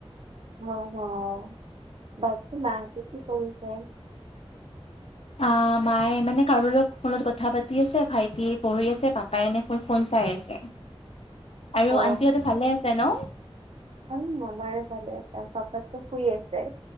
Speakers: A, on the right; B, on the left.
A: মও নাখাওঁ, বাকী মাহঁতি কি কৰিছে?
B: আহ মায়ে মানে কাৰোবাৰ লগত ফোনত কথা পাতি আছে, ভাইটিয়ে পঢ়ি আছে, পাপায়ে এনে ফোন ফোন চাই আছে। আৰু
A: অ
B: আন্টিহঁতো ভালে আছে ন?
A: অ আমাৰো ভাল আছে, পাপাটো শুই আছে,